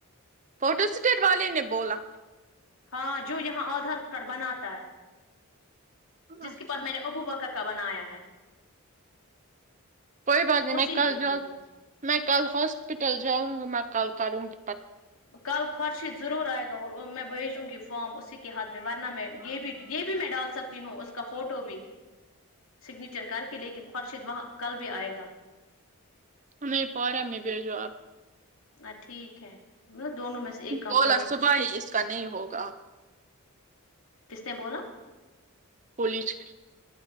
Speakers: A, on the right (about 35°); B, on the left (about 65°).
A: فوٹو سٹی والے نے بولا
B: ہاں جو یہاں آدھار کارڈ بناتا ہے جس
A: اچھا
B: کے پاس میں نے ابو بکر کا بنایا ہے
A: کوئی بات نہیں
B: اسی
A: م
B: نے
A: کل
B: مجھے
A: جاؤ
B: بولا
A: میں کل ہاسپٹل جاؤں گ م میں کالل کروں گ
B: کل خورشید ضرور آئے گا اور میں بھیجوں گی فام اسی کے ہاتھ میں ورنہ میں یہ بھی یہ بھی میں ڈال سکتا ہوں اس کا فوٹو بھی سگنیچر کر کے لیکن خورشید وہاں کل بھی آئے گا
A: نہیں فورم میں بھیجو آپ
B: نہ ٹھیک ہے مطلب دونوں میں سے ایک کام
A: بولا
B: کرو
A: صبح ہی اس کا نہیں ہوگا آپ
B: کس نے بولا
A: کالج